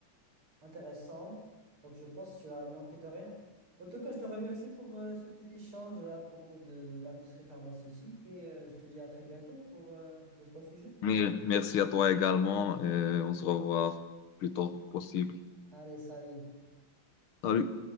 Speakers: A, on the right; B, on the left.
A: intéressants. Donc je pense que tu vas manquer de rien. En tout cas, je te remercie pour euh, ce petit échange à propos de l'industrie pharmaceutique et euh, je te dis à très bientôt pour euh, d'autres sujets.
B: Mais merci à toi également. Et on se revoit plus tôt possible.
A: Allez, salut.
B: Salut.